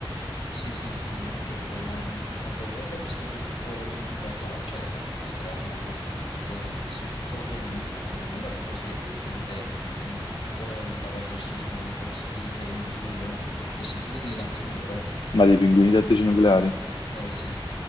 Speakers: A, on the left; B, on the left.
A: Sì, sì, sono d'accordo, ma mhmm, per quanto riguarda questo gruppo di cui parla, cioè, ah, questa era la domanda, eh, ho sentito come nome, ma non ho mai capito se effettivamente è un gruppo, da quante persone sono composti, se è uno solo, non- perché ho sentito delle canzoni, però...
B: Ma dei pinguini
A: mm,
B: tattici nucleari?
A: Eh sì.